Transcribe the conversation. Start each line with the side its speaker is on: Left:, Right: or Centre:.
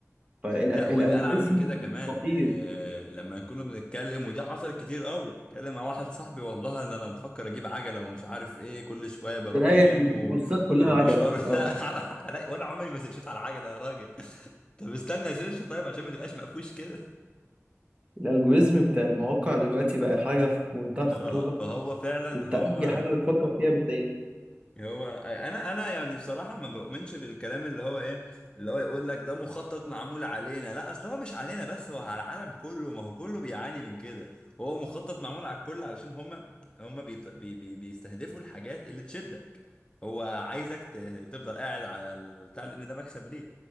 Right: فالالجوريزم
Left: لا واللي العب من كده كمان
Right: خطير
Left: آه لما نكون بنتكلم ودي حصلت كتير قوي اتكلم مع واحد صاحبي والله ده انا بفكر اجيب عجله ومش عارف ايه كل شويه بروح
Right: تلاقي
Left: الجيم
Right: البوستات
Left: و...
Right: كلها
Left: والمشوار
Right: عجل اه
Left: ده <laughs> حرق- وانا عمري ما سيرشيت على العجله يا راجل <laughs> طب استنى سيرش طيب عشان ما تبقاش مقفوش كده
Right: الالجوريزم بتاع المواقع دلوقتي بقى حاجه في منتهى الخطوره
Left: اه فهو فعلا
Right: انت
Left: هو
Right: اي حاجه بتفكر فيها بتلاقيها
Left: هو انا انا يعني بصراحه ما بؤمنش بالكلام اللي هو ايه اللي هو يقول لك ده مخطط معمول علينا لا اصل هو مش علينا بس هو على العالم كله ما هو كله بيعاني من كده هو مخطط معمول على الكل علشان هم هم بيط... بي... بي... بيستهدفوا الحاجات اللي تشدك هو عايزك ت... تفضل قاعد على البتاع لان ده مكسب ليه